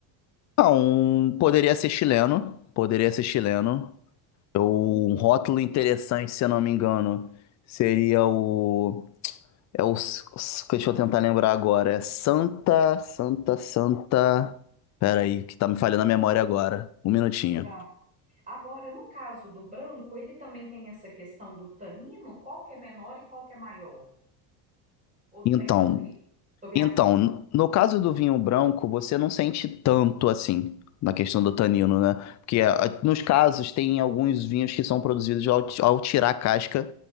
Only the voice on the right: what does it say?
Uhum.
Tá. Agora, no caso do branco, ele também tem essa questão do tanino, qual que é menor e qual que é maior? Ou não
tem nada a ver? Estou viajando.
Hum.